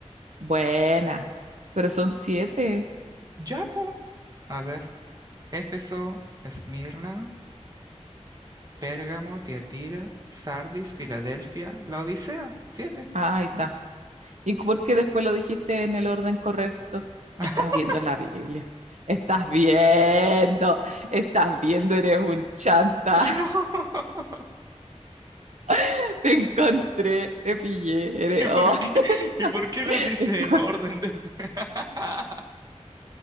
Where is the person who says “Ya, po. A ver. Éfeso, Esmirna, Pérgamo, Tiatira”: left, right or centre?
Right